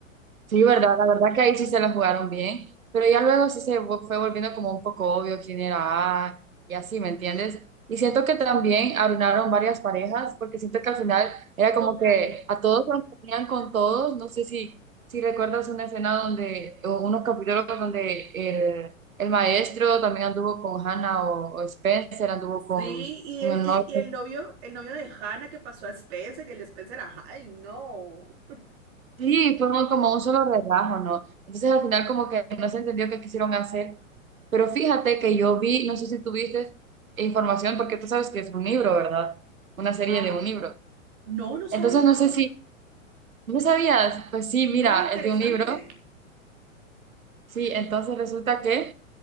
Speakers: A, on the right (about 80°); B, on the right (about 50°).
A: Sí, verdad, la verdad que ahí sí se la jugaron bien, pero ya luego sí se vo- fue volviendo como un poco obvio quién era A y así, ¿me entiendes? Y siento que también arruinaron varias parejas, porque siento que al final era como
B: Total.
A: que a todos los ponían con todos, no sé si, si recuerdas una escena donde, o unos capítulos donde el, el maestro también anduvo con Hannah o, o Spencer, anduvo
B: Sí,
A: con,
B: y
A: con
B: el,
A: el
B: y,
A: novio,
B: y el novio, el novio de Hannah que pasó a Spencer y el de Spencer a Hyde, no.
A: Sí, fue muy como un solo relajo, ¿no? Entonces al final como que no se entendió qué quisieron hacer, pero fíjate que yo vi, no sé si tuviste información, porque tú sabes que es un libro, ¿verdad? Una serie
B: Ah,
A: de un libro.
B: no, no sabía.
A: Entonces no sé si, ¿no sabías? Pues sí,
B: No,
A: mira,
B: interesante.
A: es de un libro, sí, entonces resulta que